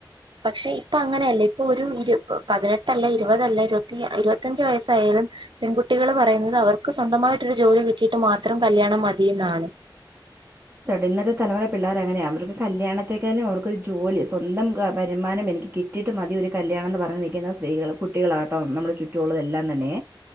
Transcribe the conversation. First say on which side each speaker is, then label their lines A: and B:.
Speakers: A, on the right; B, on the right.
A: പക്ഷെ ഇപ്പൊ അങ്ങനെയല്ല. ഇപ്പൊ ഒരു പതിനെട്ടല്ല, ഇരുപതല്ല, ഇരുപത്തി ഇരുപത്തഞ്ച് വയസ് യാലും പെൺകുട്ടികള് പറയുന്നത് അവർക്ക് സ്വന്തമായിട്ടൊരു ജോലി കിട്ടിയിട്ട് മാത്രം കല്യാണം മതീന്നാണ്.
B: ഇന്നത്തെ തലമുറ പിള്ളേരങ്ങനെയാ. അവർക്ക് കല്യാണത്തേക്കാളും അവർക്കൊരു ജോലി സ്വന്തം വെരുമാനം എനിക്ക് കി കിട്ടിട്ട് മതി ഒരു കല്യാണംന്ന് പറഞ്ഞു നിൽക്കുന്ന സ്ത്രീകള് കുട്ടികളാട്ടോ നമ്മുടെ ചുറ്റുള്ളതെല്ലാരും തന്നെ.